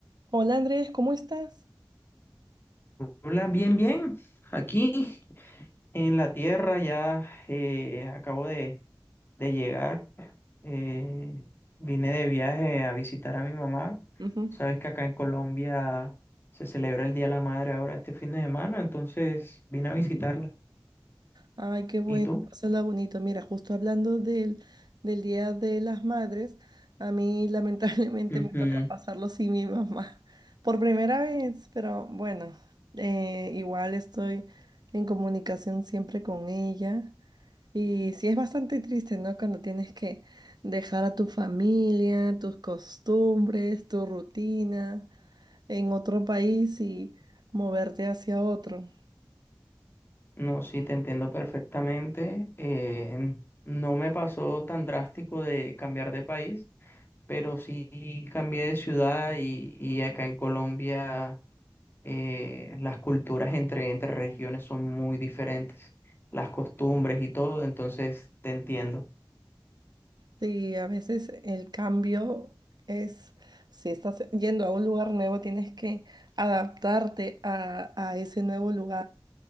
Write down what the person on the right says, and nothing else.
Hola Andrés, ¿cómo estás?
Ujú.
Ay, qué bueno,
pásala bonito. Mira, justo hablando del, del Día de las Madres, a mí <laughs> lamentablemente
me toca pasarlo sin mi mamá por primera vez, pero bueno, eh, igual estoy en comunicación siempre con ella. Y sí es bastante triste, ¿no? Cuando tienes que dejar a tu familia, tus costumbres, tu rutina en otro país y moverte hacia otro.
Sí, a veces el cambio es, si estás yendo a un lugar nuevo, tienes que adaptarte a, a ese nuevo lugar.